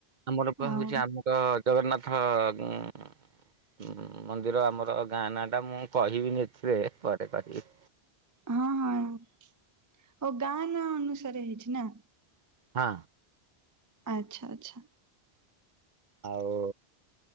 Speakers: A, on the right; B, on the right.
A: ଆମର ପା
B: ଆଉ
A: ହଉଛି ଆମର ଜଗନ୍ନାଥ ଉ ହୁଁ ମନ୍ଦିର ଆମର ଗାଁ ନା ଟା ମୁଁ କହିବିନି ଏଥିରେ ପରେ କହିବି।
B: ହଁ ହଁ ଓ ଗାଁ ନା ଅନୁସାରେ ହେଇଛି ନା?
A: ହଁ।
B: ଆଚ୍ଛା ଆଚ୍ଛା।
A: ଆଉ